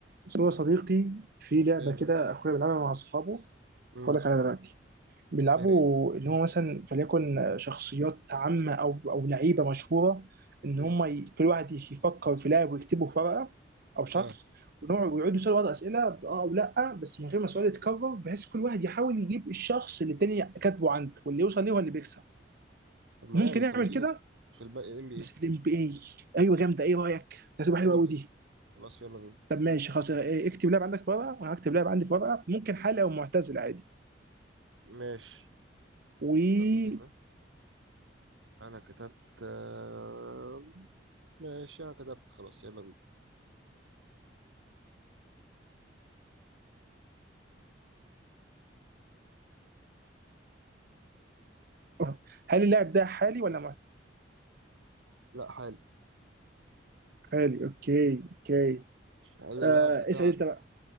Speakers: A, on the right; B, on the right.
A: بس هو صديقي في لعبة
B: تمام
A: كده أخويا بيلعبها مع أصحابه
B: امم
A: هقول لك عليها دلوقتي بيلعبوا
B: ايه هي
A: اللي هو مثلا فليكن شخصيات عامة أو أو لعيبة مشهورة إن
B: امم
A: هم ي... كل واحد يفكر في لاعب ويكتبه في ورقة أو شخص
B: اه
A: ونقعد ويقعدوا يسألوا بعض أسئلة بأه أو لأ بس من غير ما السؤال يتكرر بحيث كل واحد يحاول يجيب الشخص اللي التاني كاتبه عنده واللي يوصل ليه هو اللي بيكسب
B: طب ما
A: ممكن
B: جامد
A: نعمل
B: طب ما تيجي
A: كده
B: في الباقي ام بي
A: بس
B: اي
A: في الام بي اي ايوه جامده ايه رايك؟ ده تبقى
B: يلا
A: حلوه قوي
B: بينا
A: دي
B: خلاص يلا بينا
A: طب ماشي خلاص إيه، اكتب لاعب عندك في ورقه وانا هكتب لاعب عندي في ورقه ممكن حالي او معتزل عادي
B: ماشي
A: و
B: يلا بينا انا كتبت آه، ماشي انا كتبت خلاص يلا بينا
A: <laughs> هل اللاعب ده حالي ولا معتزل؟
B: لا حلو
A: حالي اوكي اوكي
B: هل اللاعب
A: آه
B: بتاعك
A: اسال انت بقى